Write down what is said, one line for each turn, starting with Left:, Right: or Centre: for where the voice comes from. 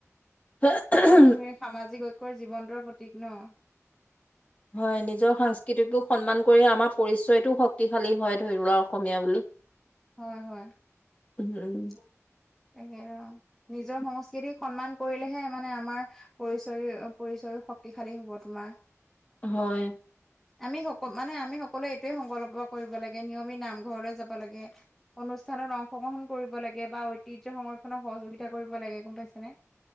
Left: হ উমহ
Centre: আৰু সামাজিক ঐক্যৰ জীৱন্তৰ প্ৰতীক ন?
Left: হয় নিজৰ সংস্কৃতিটোক সন্মান কৰি আমাৰ পৰিচয়টোও শক্তিশালী হয় ধৰি লৱক অসমীয়া বুলি
Centre: হয় হয়।
Left: উম উম।
Centre: তাকে বাৰু, নিজৰ সংস্কৃতিক সন্মান কৰিলেহে মানে আমাৰ পৰিচয় অ পৰিচয় শক্তিশালী হ'ব তোমাৰ।
Left: হয়।
Centre: আমি স মানে আমি সকলোৱে এইটোৱে সংকল্প কৰিব লাগে নিয়মিত নামঘৰলৈ যাব লাগে। অনুষ্ঠানৰ অংশগ্ৰহণ কৰিব লাগে বা ঐতিহ্য সংৰক্ষণক সহযোগিতা কৰিব লাগে গম পাইছে নে।